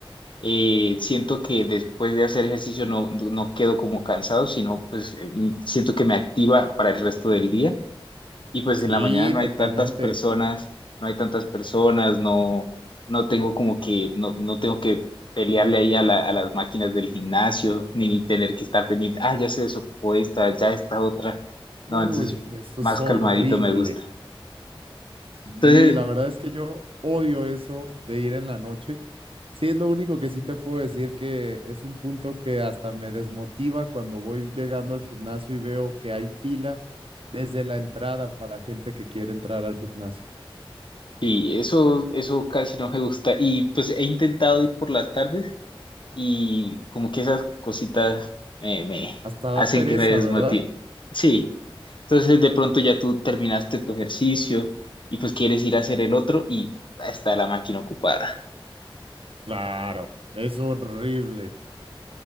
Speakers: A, on the left; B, on the right.
A: Eh, siento que después de hacer ejercicio no, no no quedo como cansado, sino pues eh, siento que me activa para el resto del día y pues
B: Sí,
A: en la mañana no
B: totalmente.
A: hay tantas personas, no hay tantas personas, no, no tengo como que, no, no tengo que pelearle ahí a la- a las máquinas del gimnasio, ni tener que estar pendiente, ah, ya se desocupó esta, ya esta otra,
B: Uy,
A: no, entonces
B: eso
A: más
B: es horrible.
A: calmadito me gusta.
B: Sí,
A: Entonces,
B: la verdad es que yo odio eso de ir en la noche. Sí, es lo único que sí te puedo decir que es un punto que hasta me desmotiva cuando voy llegando al gimnasio y veo que hay fila desde la entrada para gente que quiere entrar al gimnasio.
A: sí, eso, eso casi no me gusta, y pues he intentado ir por las tardes y como que esas cositas eh, me
B: Hasta
A: hacen
B: da pereza,
A: que me desmotive.
B: ¿verdad?
A: Sí. Entonces de pronto ya tú terminaste tu ejercicio y pues quieres ir a hacer el otro y está la máquina ocupada.
B: Claro, es horrible.